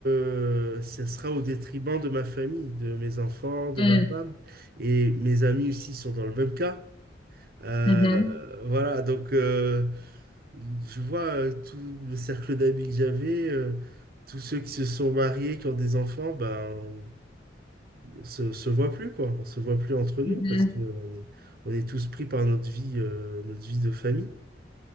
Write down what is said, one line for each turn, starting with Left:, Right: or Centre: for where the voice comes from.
Right: euh, ça sera au détriment de ma famille, de mes enfants, de
Left: Mm,
Right: ma femme, et mes amis aussi sont dans le même cas. Euh,
Left: mhm,
Right: voilà, donc euh, je vois euh, tout le cercle d'amis que j'avais, euh, tous ceux qui se sont mariés, qui ont des enfants, ben se, se voit plus, quoi. On se voit plus entre nous
Left: mhm,
Right: parce que on est, on est tous pris par notre vie, euh, notre vie de famille.